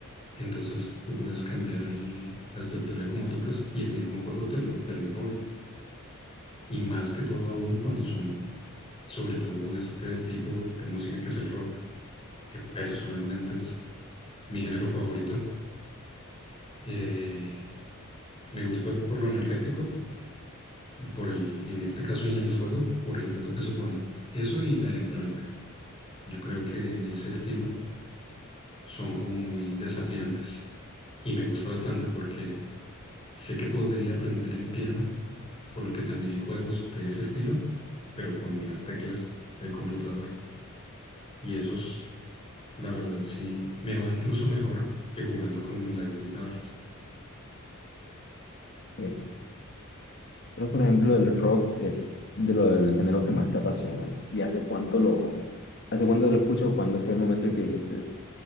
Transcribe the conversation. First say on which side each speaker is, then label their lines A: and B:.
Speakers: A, on the left (about 25°); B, on the left (about 50°).
A: Entonces tú puedes cambiar el- la estructura como tocas y el mismo juego te lo, te lo impone. Y más que todo aún cuando son sobre todo este tipo de música que es el rock, que personalmente es mi género favorito. Eh, me gusta por lo energético, y por el, en este caso y en los juegos, por el reto que supone. Eso y la electrónica. Yo creo que en ese estilo son como muy desafiantes y me gusta bastante porque sé que podría aprender en piano, por lo que también hay juegos de ese estilo, pero con las teclas del computador. Y esos, la verdad, sí me va incluso mejor que jugando con las guitarras
B: ¿sí? Entonces, por ejemplo, el rock es de lo del género que más te apasiona. ¿Y hace cuánto lo, hace cuánto lo escuchas o cuándo fue el momento en que dijiste,